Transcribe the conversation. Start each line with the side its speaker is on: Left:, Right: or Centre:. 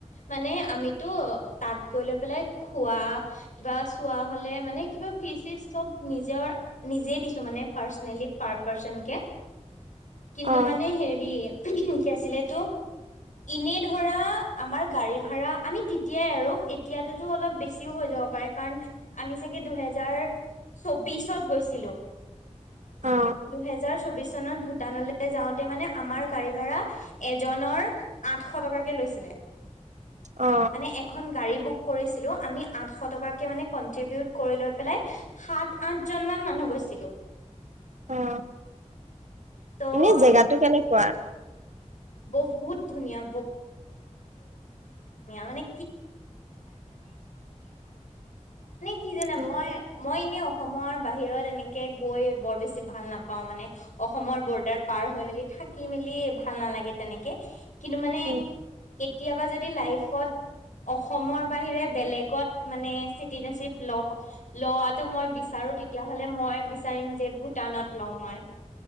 Left: মানে আমিতো তাত গৈ লৈ পেলাই খোৱা কিবা চোৱা হলে মানে কিবা ফিচ চিচ চব নিজ নিজৰ নিজেই দিছো মানে পাৰ্চনেলি পাৰ পাৰ্চনকে কিন্তু
Right: অ
Left: মানে হেৰি কি আছিল সেইটো এনেই ধৰা আমাৰ গাড়ী ভাৰা আমি তেতিয়াই আৰু এতিয়াততো অলপ বেছিও হৈ যাব পাৰে কাৰণ আমি চাগে দুই হাজাৰ চৌবিশত গৈছিলো।
Right: অ
Left: দুহেজাৰ চৌবিশ চনত ভূটানলৈ যাওঁতে মানে আমাৰ গাড়ী ভ়াৰা এজনৰ আঠশ টকাকে লৈছিলে।
Right: অ
Left: মানে এখন গাড়ী বুক কৰিছিলো আমি আঠশ টকাকে মানে কনটিউবুত কৰি লৈ পেলাই সাত আঠজন মান মানুহ গৈছিলো।
Right: অৱ,
Left: ত'
Right: এনে জেগাতটো কেনেকুৱা?
Left: বহুত ধুনীয়া মানে কি জানা
Right: উম
Left: মই, মই এনেই অসমৰ বাহিৰত এনেকে গৈ বৰ বেছি ভাল নাপাওঁ মানে। অসমৰ বৰ্ডাৰ পাৰ হৈ মেলি থাকি মেলি ভাল নালাগে। তেনেকে। কিন্তু মানে
Right: উম
Left: কেতিয়াবা যদি। লাইফত অসমৰ বাহিৰে বেলেগত মানে চিটিজেনশিপ ল লোৱাটো মই বিচাৰো তেতিয়া হ'লে মই বিচাৰিম, যে ভূটানত লওঁ মই।